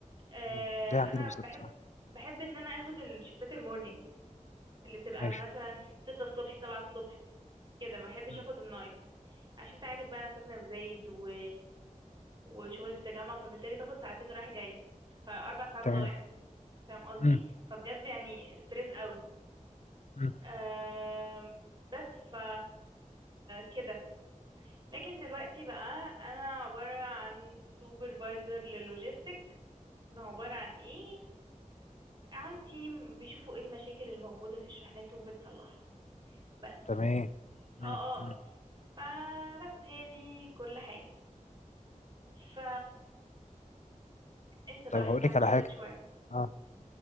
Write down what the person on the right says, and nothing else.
آه
أنا
بحب
بحب إن أنا أخد الشيفتات المورنينج اللي بتبقى
مثلا ستة الصبح سبعة الصبح كده ما بحبش
اخد النايت عشان انت عارف بقى انا ساكنة في زايد و... وشغلي في التجمع فبالتالي باخد ساعتين رايح جاي فاربع ساعات
ضايع فاهم قصدي
فبجد يعني ستريس قوي
أم... بس ف كده لكن دلوقتي بقى انا عبارة عن سوبرفايزر للوجيستيك عبارة عن ايه عن تيم بيشوفوا ايه المشاكل الموجودة في الشحنات وبنصلحها بس
اه
اه فبس هي دي كل حاجة ف انت بقى
احكي
لي
عن
شغلك
شوية